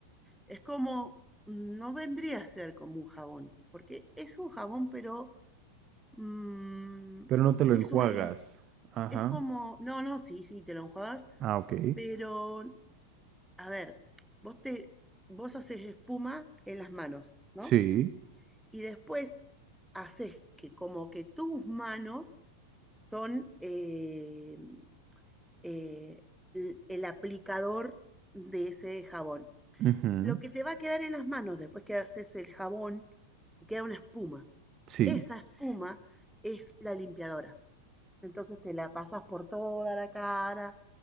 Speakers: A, in the centre; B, on the right (about 30°).
A: Es como, mm, no vendría a ser como un jabón, porque es un jabón, pero mm,
B: Pero no te lo
A: es
B: enjuagas.
A: un lim,
B: Ajá.
A: es como, no, no, sí, sí, te lo enjuagas,
B: Ah, ok.
A: pero, a ver, vos te, vos haces espuma en las manos, ¿no?
B: Sí.
A: y después haces que como que tus manos son eh, eh, el, aplicador de ese jabón.
B: Ujú.
A: Lo que te va a quedar en las manos después que haces el jabón, te queda una espuma.
B: Sí.
A: Esa espuma es la limpiadora. Entonces te la pasas por toda la cara,